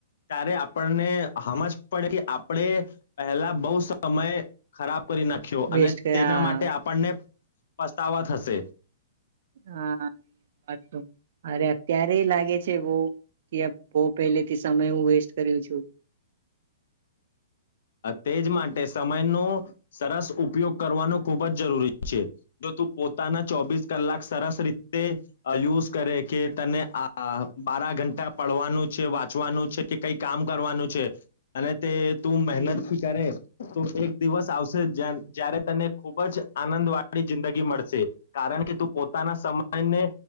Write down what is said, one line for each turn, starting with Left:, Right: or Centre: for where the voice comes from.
Left: ત્યારે આપણને હમજ પડે કે આપણે પહેલા બહુ સમય ખરાબ કરી નાખ્યો અને
Right: વેસ્ટ
Left: તેના
Right: હા
Left: માટે આપણને પસ્તાવા થશે.
Right: હા એ વાત તો અરે અત્યારે લાગે છે, બહુ કે બહુ પહેલેથી સમય હું વેસ્ટ કર્યું છું.
Left: તે જ માટે સમયનો સરસ ઉપયોગ કરવાનો ખૂબ જ જરૂરી છે, જો તું પોતાના ચોવીસ કલાક સરસ રીતે અ યુઝ કરે કે તને આ બારા ઘંટા પડવાનું છે વાંચવાનું છે કે કઈ કામ કરવાનું છે અને તે તું મહેનતથી
Right: હમ
Left: કરે. તું એક દિવસ આવશે જ્યારે તને ખૂબ જ આનંદ વાળી જિંદગી મળશે કારણ કે તું પોતાના સમયને